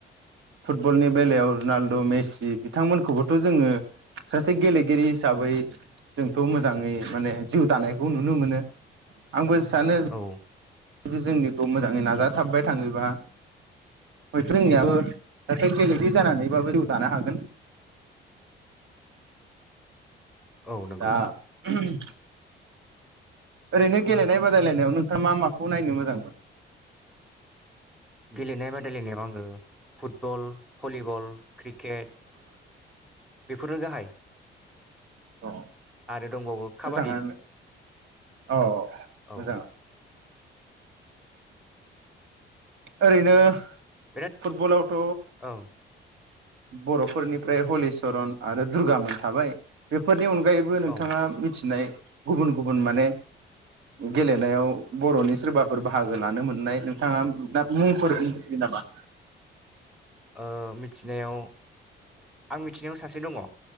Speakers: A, on the right (about 80°); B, in the centre.
A: फुटबलनि बेलायाव रुनालद' मेसि बिथांमोनखौबोथ' जोङो सासे गेलेगिरि हिसाबै जोंथ' मोजाङै माने जिउ दानायखौ नुनो मोनो आंबो सानो
B: औ
A: जुदि जोंनिखौ मोजाङै नाजाथाबबाय थाङोबा हयथ' जोंनियाबो सासे गेलेगिरि जानानैबाबो जिउ दानो हागोन
B: औ नंगौ
A: दा <inaudible> ओरैनो गेलेनाय बादायलायनायाव नोंथाङा मा माखौ नायनो मोजां मोनो
B: गेलेनाय बादायलायनायाव आङो फुटबल भलिबल क्रिकेट बेफोरनो गाहाय
A: अ
B: आरो दंबावो
A: मोजाङानो
B: काबादि
A: अ अ
B: औ
A: मोजाङानो ओरैनो
B: बिराद
A: फुटबल आवथ
B: औ
A: बर'फोरनिफ्राय हलिचरन आरो दुर्गा मोन थाबाय बेफोर बेनि अनगायैबो नोंथाङा
B: औ
A: मिथिनाय गुबुन गुबुन माने गेलेनायाव बर'नि सोरबाफोर बाहागो लानो मोननाय नोंथाङा दा मुंफोर मिथियो नामा
B: ओ मिथिनायाव आं मिथिनायाव सासे दङ